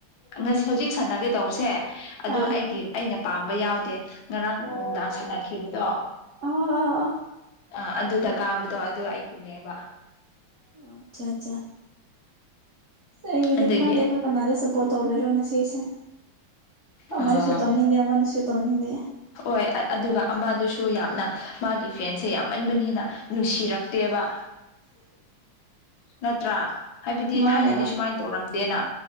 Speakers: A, on the left (about 75°); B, on the right (about 65°).
A: ꯉꯁꯤ ꯍꯧꯖꯤꯛ ꯁꯥꯟꯅꯒꯦ ꯇꯧꯕꯁꯦ ꯑꯗꯣ
B: ꯑꯥ
A: ꯑꯩꯒꯤ꯫ ꯑꯩꯅ ꯄꯥꯝꯕ ꯌꯥꯎꯗꯦ ꯉꯔꯥꯡ ꯅꯨꯡꯗꯥꯡ ꯁꯥꯟꯅꯈꯤꯕꯗꯣ꯫
B: ꯑꯥ ꯑꯥ ꯑꯥ
A: ꯑ ꯑꯗꯨꯗ ꯀꯥꯕꯗꯣ ꯑꯗꯨ ꯑꯩꯒꯤꯅꯦꯕ
B: ꯑꯣ ꯑꯆꯥ ꯑꯆꯥ ꯑꯁ ꯑꯩꯒꯤꯗꯤ
A: ꯑꯗꯨꯒꯤ
B: ꯈꯪꯗꯔꯣ ꯀꯅꯥꯗ ꯁꯞꯄꯣꯔꯠ ꯇꯧꯕꯤꯔꯣ ꯉꯁꯤꯁꯦ ꯑꯃꯅꯁꯨ
A: ꯑ
B: ꯇꯧꯅꯤꯡꯗꯦ ꯑꯃꯅꯁꯨ ꯇꯧꯅꯤꯡꯗꯦ
A: ꯍꯣꯏ ꯑꯗꯨꯒ ꯑꯃꯗꯨꯁꯨ ꯌꯥꯝꯅ ꯃꯥꯒꯤ ꯐꯦꯟꯁꯦ ꯌꯥꯝꯃꯟꯕꯅꯤꯅ ꯅꯨꯡꯁꯤꯔꯛꯇꯦꯕ ꯅꯠꯇ꯭ꯔꯥ ꯍꯥꯏꯕꯗꯤ
B: ꯃꯥꯅꯦꯕ
A: ꯊꯥꯏꯅꯗꯤ ꯁꯨꯃꯥꯏꯅ ꯇꯧꯔꯝꯗꯦꯅ꯫